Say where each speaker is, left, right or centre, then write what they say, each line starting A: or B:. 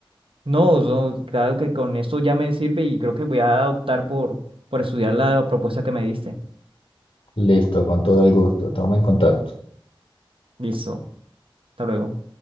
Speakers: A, on the right; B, on the left.
A: No, no, claro que con esto ya me sirve y creo que voy a optar por, por estudiar la propuesta que me diste.
B: Listo, con todo el gusto. Estamos en contacto.
A: Listo, hasta luego.